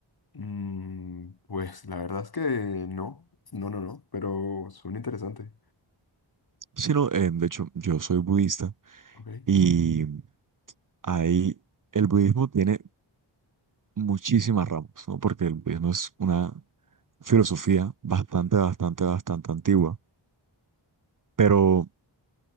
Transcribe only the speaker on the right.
Sí, no, eh, de hecho, yo soy budista
y ahí el budismo tiene muchísimas ramas, ¿no? Porque el budismo es una filosofía bastante, bastante, bastante antigua, pero